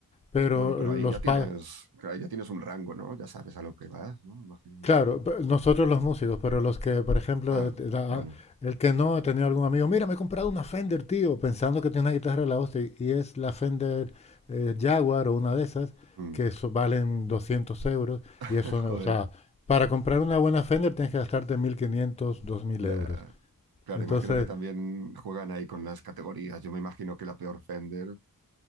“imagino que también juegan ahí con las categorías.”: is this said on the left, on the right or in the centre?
Right